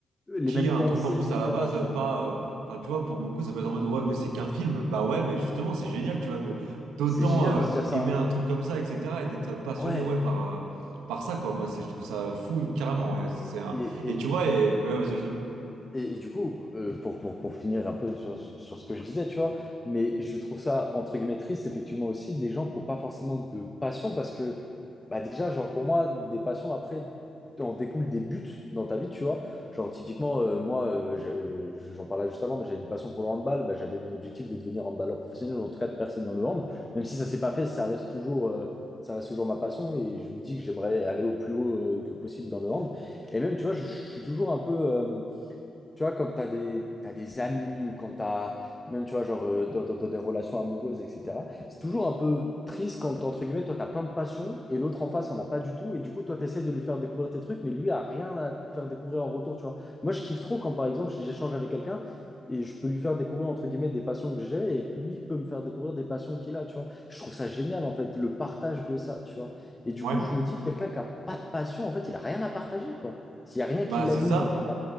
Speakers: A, on the left; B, on the right.
A: les
B: qui
A: mêmes
B: a un
A: pensées,
B: truc en plus
A: etc.
B: à la base,
A: Tu
B: euh,
A: vois?
B: pas... euh, Enfin, tu vois, pour beaucoup, ça peut être en mode, ouais, mais c'est qu'un film. Bah ouais, mais justement, c'est génial, tu vois, de d'autant
A: C'est génial
B: euh,
A: de se dire ça.
B: aimer un truc comme ça, etc., et d'être passionné,
A: Ouais.
B: ouais, par, euh, par ça, quoi. Moi, c'est, je trouve ça fou, carrément. ouais, c'est un...
A: Et,
B: Et tu vois, et... ouais, vas-y, vas-y.
A: Et, et du coup, euh, pour, pour, pour finir un peu sur, sur ce que je disais, tu vois, mais je trouve ça, entre guillemets, triste, effectivement, aussi, des gens qui n'ont pas forcément de passion, parce que, bah déjà, genre, pour moi, des passions, après, en découlent des buts dans ta vie, tu vois. Genre, typiquement, euh, moi, euh, j'ai- euh, j'en parlais juste avant, mais j'avais une passion pour le handball, bah, j'avais mon objectif de devenir handballeur professionnel, ou en tout cas de percer dans le hand. Même si ça s'est pas fait, ça reste toujours, euh, ça reste toujours ma passion, et je me dis que j'aimerais aller au plus haut, euh, que possible dans le hand. Et même, tu vois, je, je suis toujours un peu... euh, tu vois, quand tu as des, t'as des amis ou quand tu as, même, tu vois, genre, euh, dans, dans- dans des relations amoureuses, etc., c'est toujours un peu triste quand, entre guillemets, toi, tu as plein de passion et l'autre en face, on a pas du tout. Et du coup, toi, tu essaies de lui faire découvrir tes trucs, mais lui a rien à te faire découvrir en retour, tu vois. Moi, je kiffe trop quand, par exemple, j'échange avec quelqu'un et je peux lui faire découvrir, entre guillemets, des passions que j'ai et que lui peut me faire découvrir des passions qu'il a, tu vois. Je trouve ça génial, en fait, le partage de ça, tu vois. Et du
B: Ouais,
A: coup, je me dis, quelqu'un qui a pas de passion, en fait, il a rien à partager, quoi. S'il n'y a rien
B: bah
A: qui l'anime,
B: c'est ça.
A: en final.